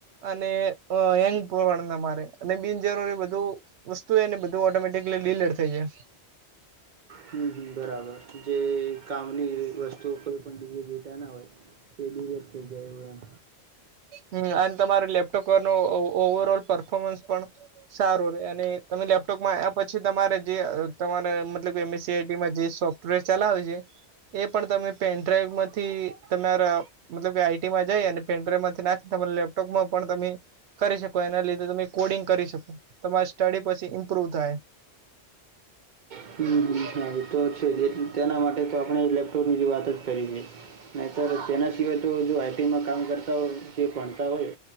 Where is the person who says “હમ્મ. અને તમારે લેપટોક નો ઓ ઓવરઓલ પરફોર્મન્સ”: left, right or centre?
Right